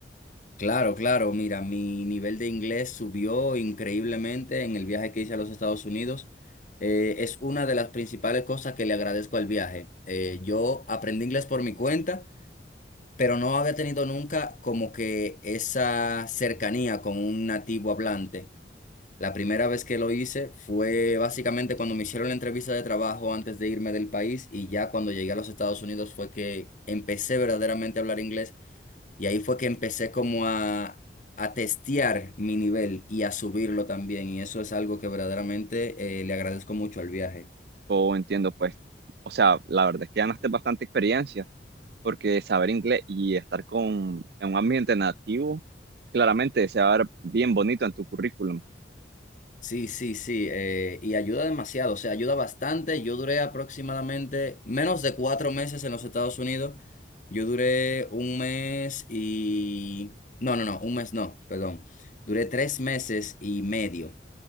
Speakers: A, on the left; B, on the right.
A: Claro, claro, mira, mi nivel de inglés subió increíblemente en el viaje que hice a los Estados Unidos. Eh, es una de las principales cosas que le agradezco al viaje. Eh, yo aprendí inglés por mi cuenta, pero no había tenido nunca como que esa cercanía con un nativo hablante. La primera vez que lo hice fue básicamente cuando me hicieron la entrevista de trabajo antes de irme del país y ya cuando llegué a los Estados Unidos fue que empecé verdaderamente a hablar inglés y ahí fue que empecé como a, a testear mi nivel y a subirlo también. Y eso es algo que verdaderamente eh, le agradezco mucho al viaje.
B: O entiendo, pues. O sea, la verdad es que ganaste bastante experiencia, porque saber inglés y estar con, en un ambiente nativo, claramente se va a ver bien bonito en tu currículum.
A: Sí, sí, sí. eh, y ayuda demasiado, o sea, ayuda bastante. Yo duré aproximadamente menos de cuatro meses en los Estados Unidos. Yo duré un mes y... No, no, no, un mes no, perdón. Duré tres meses y medio.